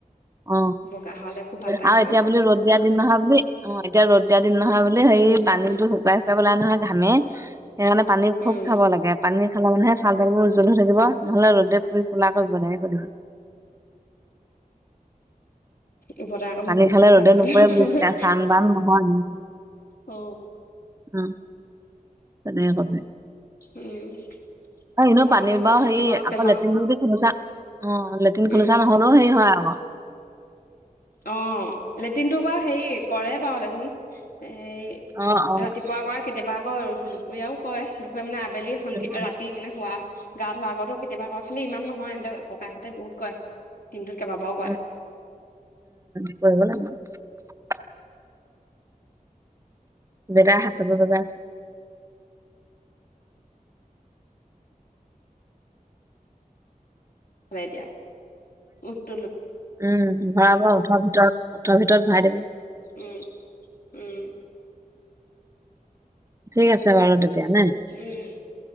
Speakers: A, on the right; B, on the left.
A: অ
B: বগা হ'লে খুব ভাল পায়
A: আও
B: নহয়
A: এতিয়া বুলি ৰ'দ দিয়া দিন নহয় বুলি অ এতিয়া ৰ'দ তেতিয়া দিন নহয় বোলে হে পানীতো শুকাই শুকাই বলাই নহয় ঘামে সেইকাৰানে পানী
B: উম
A: খুব খাব লাগে পানী খালে মানে <unintelligible> <unintelligible>
B: উভতাই আকৌ মোকো
A: পানী খালে
B: খুব খাবি
A: ৰ'দে
B: বুলি
A: নুপুৰে
B: কব
A: <unintelligible>
B: নহয়
A: চান বান নহয় অ
B: অ
A: তেনেকে কম
B: উম
A: অ এনেও
B: মই
A: বা পানীৰ
B: বাৰু মাজে
A: সেই
B: মাজে মনত
A: আকৌ
B: পেলাও
A: লেট্ৰিন <unintelligible> অ লেট্ৰিন
B: উম
A: খুলচা নহলেও হেৰি হয় আক
B: অ' লেট্ৰিনটো বাৰু হেৰি কৰে বাৰু লেট্ৰিন হে
A: অ অ
B: ৰাতিপুৱা কৰে কেতিয়াবা আকৌ দুপৰীয়াও কয় দুপৰীয়া মানে আবেলি সন্ধিয়া
A: উম
B: ৰাতি মানে হোৱা গা ধোৱাৰ আগতো কেতিয়াবা কয় খালি ইমান নহয় সিহঁতক ককাই এ হঁতে বহুত কয় দিনটোত কেইবাবাও কয়
A: উম <unintelligible> বেতাই হাত চাপৰি বজাই আছে
B: বাই দিয়া উত
A: উম ভৰাব ওঠৰ ভিতৰত ওঠৰ ভিতৰত ভৰাই দিব
B: উম উওম
A: ঠিক আছে বাৰু তেতিয়া নে
B: উম